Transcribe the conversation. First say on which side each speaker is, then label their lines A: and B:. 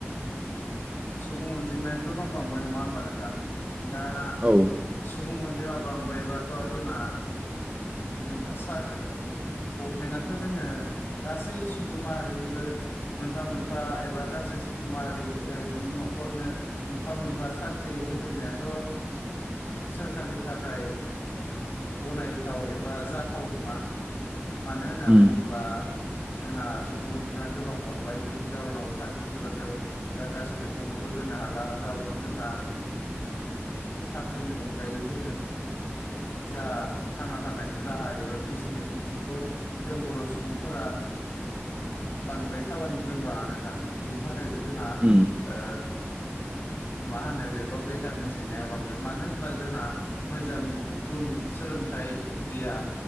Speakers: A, on the left; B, on the right.
A: सुबुं अनजिमाय' दं बांबाय नङा होनोमबा नोंथां दा
B: औ।
A: सुबुं अनजिमा बांबायबाथ' जोंना जों सात गभमेन्टआथ' जोङो गासै सुबुं माहारिनिबो मोनफा मोनफा एबा गासै सुबुं माहारिनो न'खरनो मोनफा मोनफा साख्रि होजोबनायाथ' सोरखारनि थाखाय गनायथाव एबा जाथाव नङा मानो होनना
B: उम
A: बुङोब्ला जोंहा सुबुं अनजिमाया गोबां बांबाय बिनि जाउनाव साख्रिफोरखौ गासै न'खरनोबो होनो हाला जाउनाव जोंहा साख्रिनि अनगायै जोङो जा थांना थानायनि राहा एबा बिजनेस बेफोरखौ जों बर' सुबुंफोरा बांद्राय खालामनो रोंबाङा नोंथां। बेनि थाखाय बेखौ जोंहा
B: उम
A: ओ मा होनो बेखौ बेखारनि जेंनाया बांदों मानो होनब्ला जोंहा मोजां गुन सोलोंथाइ गैया